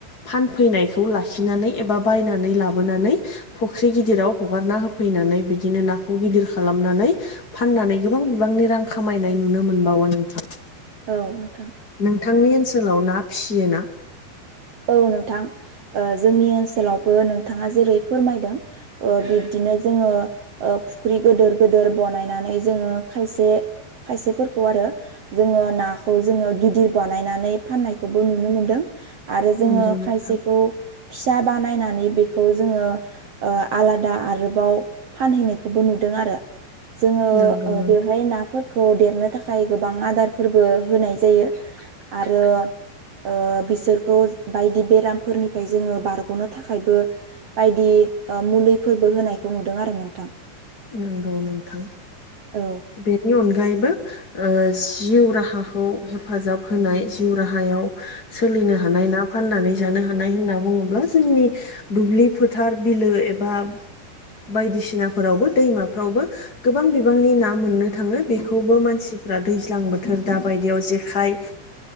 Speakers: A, on the left (about 45°); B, on the right (about 85°).
A: फानफैनायखौ लाखिनानै एबा बाय नानै लाबोनानै फुख्रि गिदिराव हगारना होफैनानै बिदिनो नाखौ गिदिर खालामनानै फाननानै गोबां बिबांनि रां खामायनाय नुनो मोनबावो नोंथां।
B: औ नोंथां
A: नोंथांनि ओनसोलाव ना फिसियोना
B: औ नोंथां जोंनि ओ ओनसोलावबो नोंथाङा जेरै फोरमायदों बिब्दि नो जोङो ओ फुख्रि गिदिर गिदिर बानायनानै जोङो खायसे खायसेफोरखौ आरो जोङो नाखौ जोङो गिदिर बानायनानै फाननायखौबो नुनो मोनदों। आरो जोङो
A: नंगौ नोंथां
B: खायसेखौ फिसा बानायनानै बेखौ जोङो आलादा आरोबाव फानहैनायखौबो नुदों आरो जो
A: नंगौ नों
B: बेवहाय नाफोर खौ देरनो थाखाय गोबां आदारफोरबो होनाय जायो आरो ओ बिसोर बायदि बेरामफोरनिफ्राय जोङो बारग'नो थाखायबो बायदि मुलिफोरबो होनायखौ नुदों आरो नोंथां।
A: नंगौ नोंथां
B: औ
A: बेनि अनग बो जिउ राहाखौ हेफाजाब होनाय जिउ राहायाव सो नो ह ना फनानै ज हानाय होननानै बुङोब जोंनि दुब्लि फोथार बिलो एबा बायदिसिनाफोरावबो दैमाफ्रावबो गोबां बिबांनि ना मोननो थाङो बेखौबो मानसिफ्रा दैज्लां बोथोर दाबाय दियाव जेखाय